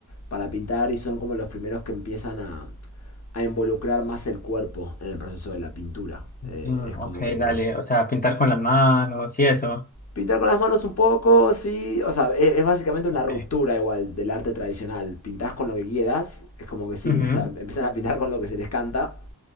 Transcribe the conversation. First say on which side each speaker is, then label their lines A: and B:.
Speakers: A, on the left; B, on the left.
A: para pintar y son como los primeros que empiezan a, a involucrar más el cuerpo en el proceso de la pintura. Eh,
B: Mm,
A: es
B: ok,
A: como que
B: dale, o sea, pintar con las manos y eso.
A: Pintar con las manos un poco, sí. O sea, es, es básicamente una
B: Ok.
A: ruptura igual del arte tradicional. Pintás con lo que quieras, es como que sí,
B: Ujú.
A: es- a- empiezan a pintar con lo que se les canta.